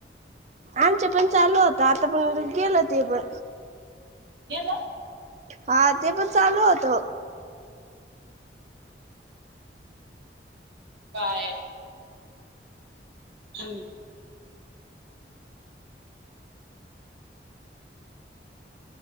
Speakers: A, on the right; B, on the right.
A: आमच्या पण चालू होत आता पण गेलं ते पण
B: केल
A: हा ते पण चालूत
B: काय ह